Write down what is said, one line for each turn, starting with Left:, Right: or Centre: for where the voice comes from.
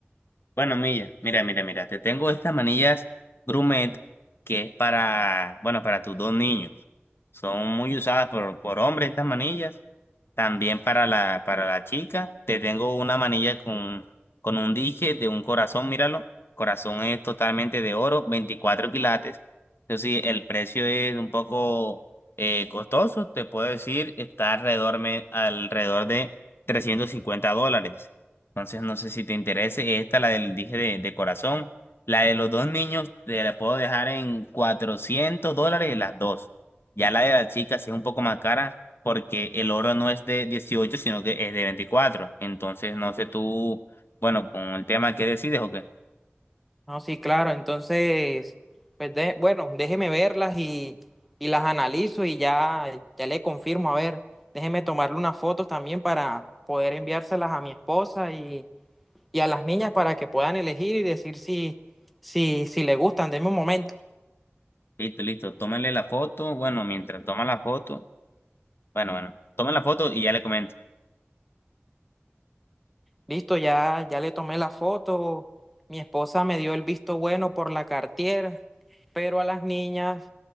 Left: Bueno, Milla, mira, mira, mira, te tengo estas manillas Grumet que es para, bueno, para tus dos niños. Son muy usadas por, por hombres estas manillas. También para la, para la chica, te tengo una manilla con, con un dije de un corazón, míralo. Corazón es totalmente de oro, 24 quilates. Eso sí, el precio es un poco eh, costoso, te puedo decir, está alrededor, me- alrededor de 350 dólares. Entonces, no sé si te interese. Esta, la del dije de, de corazón. La de los dos niños, te la puedo dejar en 400 dólares las dos. Ya la de la chica sí es un poco más cara porque el oro no es de 18 sino que es de veinticuatro Entonces, no sé tú, bueno, con el tema que decides o qué.
Centre: No, sí, claro. Entonces, pues de- bueno, déjeme verlas y, y las analizo y ya, ya le confirmo. A ver, déjeme tomarle unas fotos también para poder enviárselas a mi esposa y, y a las niñas para que puedan elegir y decir si, si, si le gustan. Denme un momento.
Left: Listo, listo. Tómale la foto. Bueno, mientras toma la foto. Bueno, bueno. Toma la foto y ya le comento.
Centre: Listo, ya, ya le tomé la foto. Mi esposa me dio el visto bueno por la Cartier, pero a las niñas,